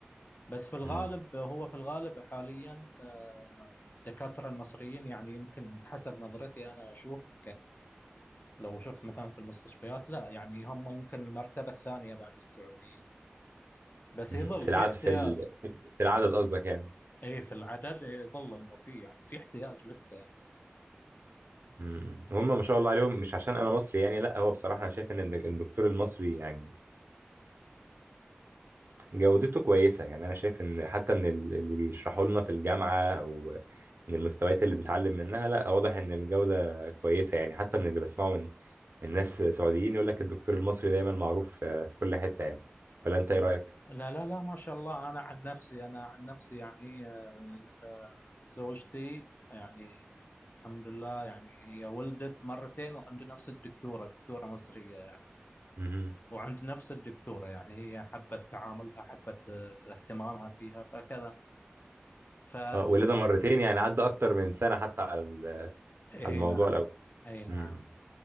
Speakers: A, on the left (about 50°); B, on the right (about 65°).
A: بس في الغالب
B: مم.
A: هو في الغالب حاليا آه، الدكاترة المصريين يعني يمكن حسب نظرتي انا اشوف لو شفت مثلا في المستشفيات لا يعني هم يمكن المرتبة الثانية بعد السعوديين بس
B: مم.
A: يظل
B: في العدد
A: في احتياج
B: في ال...
A: يعني
B: في العدد قصدك يعني
A: ايه في العدد يظل انه في يعني في احتياج لسه يعني
B: مم. هم ما شاء الله عليهم مش عشان أنا مصري يعني لا هو بصراحة أنا شايف إن الد- الدكتور المصري يعني جودته كويسة يعني أنا شايف إن حتى من ال- اللي بيشرحوا لنا في الجامعة أو من المستويات اللي بنتعلم منها لا واضح إن الجودة كويسة يعني حتى من اللي بسمعه من من ناس سعوديين يقول لك الدكتور المصري دايما معروف آه، في كل حتة يعني ولا أنت إيه رأيك؟
A: لا لا لا ما شاء الله انا عن نفسي انا عن نفسي يعني آه، آه، زوجتي يعني الحمد لله يعني هي ولدت مرتين وعند نفس الدكتورة دكتورة مصرية يعني
B: مهم.
A: وعند نفس الدكتورة يعني هي حبت تعاملها حبت آه، اهتمامها فيها فكذا ف
B: أه ولادة مرتين يعني عدى أكتر من سنة حتى على ال-
A: اي
B: على الموضوع
A: نعم
B: الأول
A: اي نعم
B: مم.